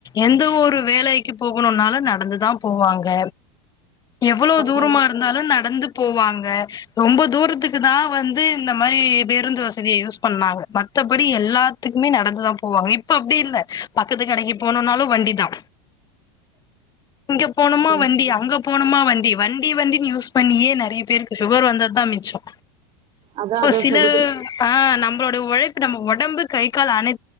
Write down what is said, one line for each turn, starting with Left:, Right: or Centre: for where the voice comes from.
Left: எந்த ஒரு வேலைக்கு போகணுனாலு நடந்துதா போவாங்க எவ்வளோ
Right: ஆமா
Left: தூரமா
Right: ஆமா
Left: இருந்தாலு நடந்து போவாங்க ரொம்ப தூரத்துக்குதா வந்து இந்த மாரி பேருந்து வசதிய யூஸ் பண்ணாங்க மத் தபடி எல்லாத்துக்குமே நடந்துதா போவாங்க இப்ப அப்டி இல்ல பக்கத்து கடைக்கு போணுனாலு வண்டிதா இங்க போணுமா
Right: ம்.
Left: வண்டி அங்க போணுமா வண்டி வண்டி வண்டின் யூஸ் பண்ணியே நெறைய பேருக்கு சுகர் வந்தத்தா மிச்சோ
Right: அதா
Left: சோ
Right: அதா
Left: சில
Right: சகோதரி
Left: ஆ நம்பளோட ஒழைப்பு நம்ம ஒடம்பு கை கால் அனை